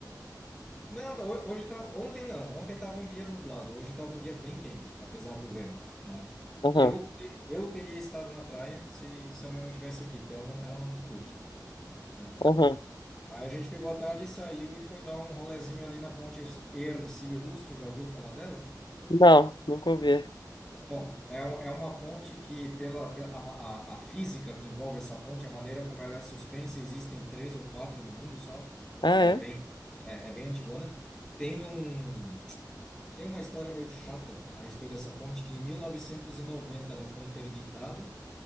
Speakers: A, in the centre; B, on the left.
A: Não, tá- ho- hoje tá, ontem não. Ontem tava um dia nublado. Hoje tava um dia bem quente, apesar do vento, né?
B: Aham,
A: Eu, te- eu teria estado na praia se, se a mãe não tivesse aqui, porque ela não, ela não curte, né?
B: aham.
A: Aí a gente pegou a tarde e saiu e foi dar um rolezinho ali na ponte Hercílio Luz. Tu já ouviu falar dela?
B: Não, nunca ouvi.
A: Bom, é, o- é uma ponte que, pela, pela- a, ma- a a física que envolve essa ponte, a maneira como ela é suspensa, existem três ou quatro no mundo só.
B: Ah,
A: Ela
B: é?
A: é bem, é, é bem antigona. Tem um. Tem uma história meio chata a respeito dessa ponte, que em 1990 ela foi interditada,